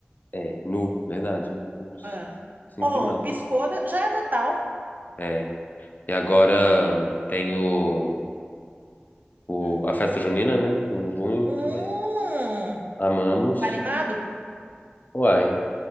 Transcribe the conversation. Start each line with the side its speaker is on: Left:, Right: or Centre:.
Left: É, nu, verdade, né? Putz,
Right: Ah.
Left: cinco
Right: Oh,
Left: de maio.
Right: piscou, da- já é Natal.
Left: É, e agora tem o, o-
Right: Hum.
Left: a festa junina, né? Em junho
Right: Hum.
Left: também. Amamos.
Right: Tá animado?
Left: Uai.